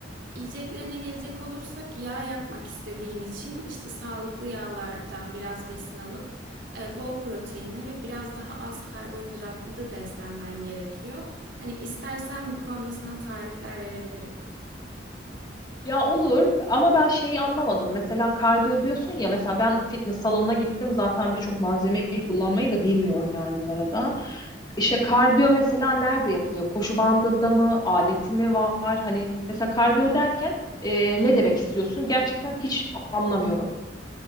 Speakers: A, on the right; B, on the left.
A: Yiyeceklerine gelecek olursak yağ yakmak istediğin için işte sağlıklı yağlardan biraz besin alıp e, bol proteinli ve biraz daha az karbonhidratlı beslenmen gerekiyor. Hani istersen bu konuda sana tarifler verebilirim.
B: Ya olur ama ben şeyi anlamadım. Mesela kardiyo diyorsun ya mesela ben fitness salonuna gittim zaten birçok malzemeyi kullanmayı da bilmiyorum yani bu arada. İşte kardiyo mesela nerede yapılıyor? Koşu bandında mı? Aleti mi var? Hani mesela kardiyo derken e, ne demek istiyorsun? Gerçekten hiç anlamıyorum.